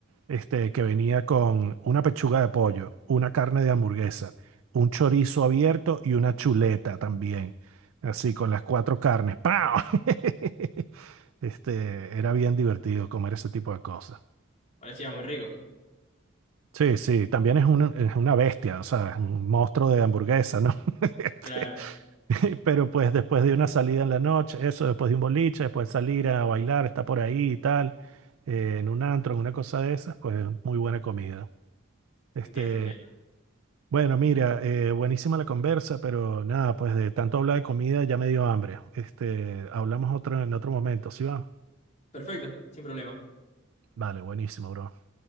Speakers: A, on the right; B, on the left.
A: este, que venía con una pechuga de pollo, una carne de hamburguesa, un chorizo abierto y una chuleta también. Así, con las cuatro carnes. ¡Pau! <laughs> Este, era bien divertido comer ese tipo de cosas.
B: Parecía muy rico.
A: Sí, sí, también es un- es una bestia, o sea, es un monstruo de hamburguesa, ¿no? <laughs> Este,
B: Claro,
A: <laughs> pero pues después de una salida en la noche, eso, después de un boliche, después de salir a bailar, está por ahí y tal, eh, en un antro, en una cosa de esas, pues muy buena comida. Este,
B: entiendo, entiendo.
A: Bueno, mira, eh, buenísima la conversa, pero nada, pues de tanto hablar de comida ya me dio hambre. Este, hablamos otro en otro momento, ¿sí va?
B: Perfecto, sin problema.
A: Vale, buenísimo, bro.